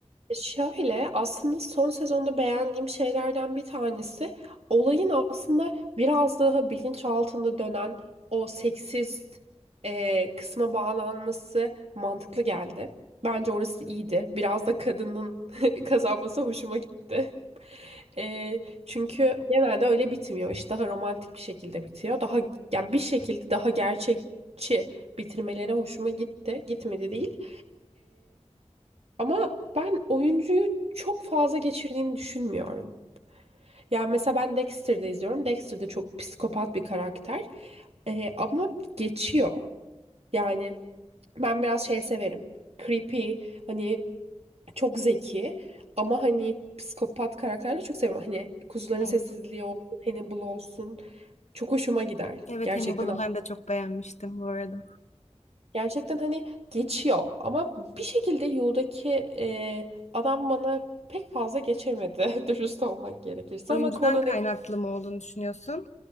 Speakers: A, on the right; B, on the left.
A: Şöyle aslında son sezonda beğendiğim şeylerden bir tanesi olayın aslında biraz daha bilinç altında dönen o seksist e, kısma bağlanması mantıklı geldi. Bence orası iyiydi. Biraz da kadının <laughs> kazanması hoşuma gitti. <laughs> E, çünkü genelde öyle bitmiyor. İş daha romantik bir şekilde bitiyor. Daha yani bir şekilde daha gerçekçi bitirmeleri hoşuma gitti. Gitmedi değil. Ama ben oyuncuyu çok fazla geçirdiğini düşünmüyorum. Yani mesela ben Dexter'da izliyorum. Dexter de çok psikopat bir karakter. Ee, ama geçiyor. Yani ben biraz şey severim. Creepy, hani çok zeki ama hani psikopat karakterleri çok seviyorum. Hani Kuzuların
B: Evet,
A: Sessizliği olsun, Hannibal olsun. Çok hoşuma gider.
B: evet
A: Gerçekten.
B: Hannibal'ı ben de çok beğenmiştim bu arada.
A: Gerçekten hani geçiyor ama bir şekilde Yu'daki e, adam bana pek fazla geçemedi <laughs> dürüst olmak gerekirse
B: Oyuncudan
A: ama konu
B: kaynaklı
A: ne-
B: mı olduğunu düşünüyorsun?